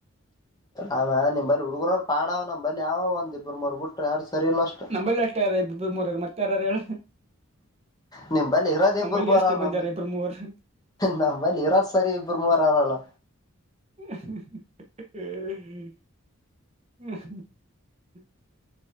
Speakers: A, on the left; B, on the right.
A: ಆಮೇ ನಿಮಲ್ಲಿಿ ಹುಡುಗರರು ಪಾಡವ ನಮಂಬಳ ಯಾವ ಒಂದಿಬ್ಬರು ಮರ್ ಬಿಟ್ರ ಯಾರು ಸರಿ ಇಲ್ಲ ಅಷ್ಟ
B: ನಂಬಲ್ಲಿ ಅಟ್ಟ ಯಾರ ಇಬ್ಬರು ಮೂರಾರ ಮತ್ತೆ ಯಾರ ಹೇಳ
A: ನಿಮ ಬಲ್ಲಿಿ ಇರೋದ
B: ನಂಬಲ್ಲಿ
A: ಇಬರು ಬರ
B: ಅಷ್ಟೇ
A: ನಾಮ
B: ಮಂದಿ ಯಾರ ಇಬ್ಬರು ಮೂವರು
A: ನಮ್ಮಲ್ಲಿ ಇರೋದ್ ಸರಿ ಇಬರು ಮೂವರ ಆರಲ್ಲ
B: ಹ ಹ್ಮ <unintelligible>